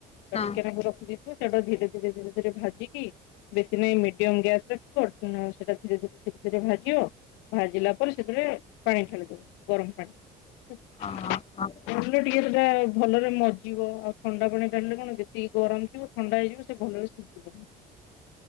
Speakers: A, on the left; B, on the left.
A: ତ
B: ହଁ
A: ଟିକେନାକୁ ରଖିଦେଇଥିବ ସେଇଟା ଧୀରେ ଧୀରେ ଧୀରେ ଧୀରେ ଭାଜିକି ବେଶୀ ନାଇଁ ମିଡିୟମ ଗ୍ୟାସ୍ ରଖିବ ସେଟା ଧୀରେ ଧରେ ଧୀରେ ଧୀରେ ଭାଜିବ। ଭାଜିଲା ପରେ ସେଥିରେ ପାଣି ଠାଳିଦବ ଗରମ ପାଣି।
B: ହଁ ହଁ ହଁ।
A: ଭାଜିଲେ ଟିକେ ସେଟା ଭଲରେ ମରିଜିବ ଆଉ ଥଣ୍ଡା ପାଣି ଡାଳିଲେ କଣ ଯେତିକି ଗରମ ଥିବ ଥଣ୍ଡା ହେଇଯିବ ସେ ଭଲରେ ସିଝିବନି।